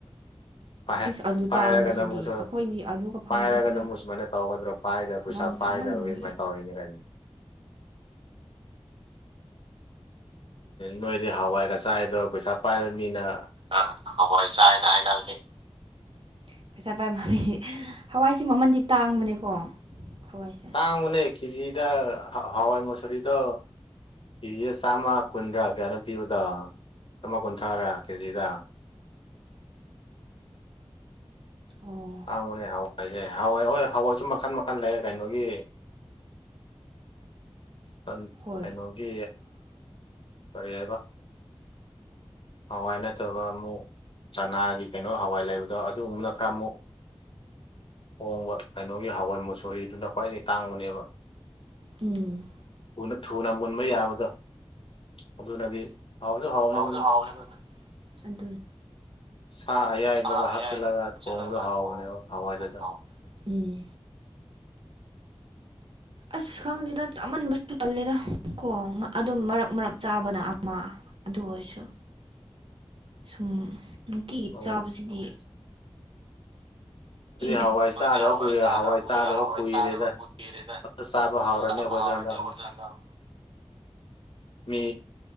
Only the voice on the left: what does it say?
ꯥꯏ
ꯄꯥꯏꯔꯒꯗꯕꯨ
ꯁꯨ
ꯄꯥꯏꯔꯒꯗꯕꯨ
ꯑꯃꯨꯛ ꯁꯨꯃꯥꯏꯅ ꯇꯧꯒꯗ꯭ꯔꯣ ꯄꯥꯏꯗ
ꯄꯩꯁꯥ ꯄꯥꯏꯗꯕꯩ
ꯁꯨꯃꯥꯏ ꯇꯧꯔꯤꯅꯤ ꯀꯩꯅꯣ ꯅꯣꯏꯗꯤ ꯍꯋꯥꯏꯒ ꯆꯥꯏꯗꯣ ꯄꯩꯁꯥ ꯄꯥꯏꯔꯝꯅꯤꯅꯥ
ꯇꯥꯡꯕꯅꯦ ꯀꯦꯖꯤꯗ ꯍꯋꯥꯏ ꯃꯨꯁꯣꯔꯤꯗꯣ ꯀꯦꯖꯤꯗ ꯆꯥꯝꯃ ꯀꯨꯟꯗꯥ ꯀꯌꯥꯅꯣ ꯄꯤꯕꯗꯣ ꯆꯥꯝꯃꯥ ꯀꯨꯟꯊ꯭ꯔꯥꯔꯥ ꯀꯦꯖꯤꯗ
ꯇꯥꯡꯕꯅꯦ ꯍꯋꯥꯏꯁꯦ ꯍꯋꯥꯏ ꯍꯣꯏ ꯍꯋꯥꯏꯁꯨ ꯃꯈꯟ-ꯃꯈꯟ ꯂꯩ ꯀꯩꯅꯣꯒꯤ ꯁꯟ
ꯀꯩꯅꯣꯒꯤ ꯀꯔꯤꯑꯕꯥ ꯍꯋꯥꯏ ꯅꯠꯇꯕ ꯑꯃꯨꯛ ꯆꯅꯥꯒꯤ ꯀꯩꯅꯣ ꯍꯋꯥꯏ ꯂꯩꯕꯗꯣ ꯑꯗꯨꯒꯨꯝꯕꯅ ꯈꯔ ꯑꯃꯨꯛ ꯍꯣꯡꯕ ꯀꯩꯅꯣꯒꯤ ꯍꯋꯥꯏ ꯃꯨꯁꯣꯔꯤꯗꯨꯅ ꯈ꯭ꯋꯥꯏꯗꯒꯤ ꯇꯥꯡꯕꯅꯦꯕ
ꯊꯨꯅ-ꯊꯨꯅ ꯃꯨꯟꯕ ꯌꯥꯕꯗꯣ ꯑꯗꯨꯅꯗꯤ ꯍꯥꯎꯁꯨ ꯍꯥꯎꯕꯅꯤ
ꯑꯗꯨꯅ
ꯁꯥ ꯑꯌꯥꯏꯕꯒ
ꯍꯥꯞꯆꯤꯜꯂꯒ
ꯊꯣꯡꯕꯗꯣ ꯍꯥꯎꯕꯅꯦꯕ
ꯍꯋꯥꯏꯗꯨꯁꯨ
ꯑꯩꯈꯣꯏꯗꯤ
ꯍꯋꯥꯏ
ꯆꯥꯗꯕ
ꯀꯨꯏꯔꯦ
ꯆꯥꯗꯕ
ꯀꯨꯏꯔꯦꯗ
ꯆꯥꯕ
ꯍꯧꯔꯅꯤ ꯑꯩꯈꯣꯏꯁꯨ
ꯍꯟꯗꯛ
ꯑꯃꯨꯛ
ꯃꯤ